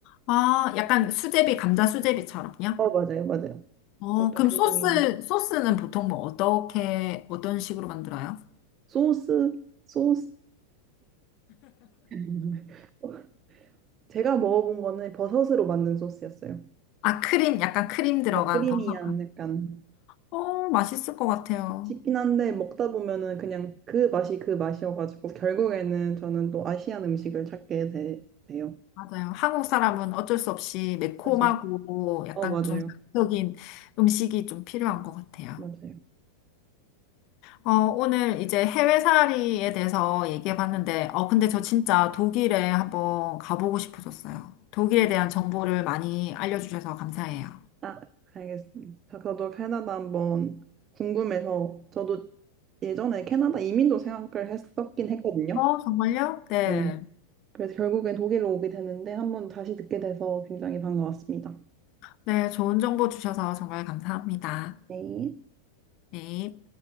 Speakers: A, on the left; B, on the right.
A: 아, 약간 수제비, 감자 수제비처럼요?
B: 어, 맞아요, 맞아요.
A: 어,
B: 그것도
A: 그럼
B: 굉장히
A: 소스,
B: 맛있-
A: 소스는 보통 뭐, 어떻게, 어떤 식으로 만들어요?
B: 소스, 소스. <laughs> 제가 먹어본 거는 버섯으로 만든 소스였어요.
A: 아, 크림, 약간 크림 들어간
B: 네, 크리미한
A: 버섯.
B: 약간
A: 어, 맛있을 것 같아요.
B: 씹긴 한데 먹다 보면은 그냥 그 맛이 그 맛이어가지고 결국에는 저는 또 아시안 음식을 찾게 되, 돼요.
A: 맞아요. 한국 사람은 어쩔 수 없이 매콤하고
B: 그래서
A: 약간
B: 어 맞아요,
A: 좀 자극적인 음식이 좀 필요한 것 같아요.
B: 맞아요.
A: 어, 오늘 이제 해외 살이에 대해서 얘기해 봤는데, 어, 근데 저 진짜 독일에 한번 가보고 싶어졌어요. 독일에 대한 정보를 많이 알려주셔서 감사해요.
B: 아 알겠습니다. 저- 저도 캐나다 한번 궁금해서 저도 예전에 캐나다 이민도 생각을 했었긴 했거든요.
A: 어, 정말요? 네.
B: 네. 그래서 결국엔 독일로 오게 되는데 한번 다시 듣게 돼서 굉장히 반가웠습니다.
A: 네, 좋은 정보 주셔서 정말 감사합니다.
B: 네.
A: 네.